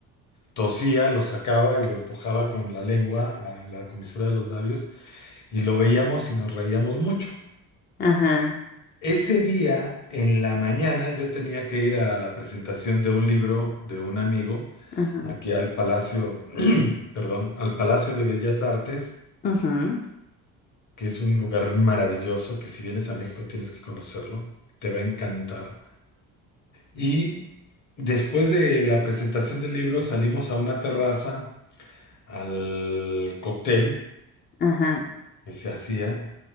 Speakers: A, on the left; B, on the left.
A: Tosía, lo sacaba y lo empujaba con la lengua a la comisura de los labios y lo veíamos y nos reíamos mucho.
B: ajá,
A: Ese día, en la mañana, yo tenía que ir a la presentación de un libro de un amigo
B: ajá,
A: aquí al Palacio, <clears throat> perdón, al Palacio de Bellas Artes
B: ujú,
A: que es un lugar maravilloso, que si vienes a México tienes que conocerlo, te va a encantar. Y después de la presentación del libro salimos a una terraza, al cóctel
B: ajá,
A: que se hacía,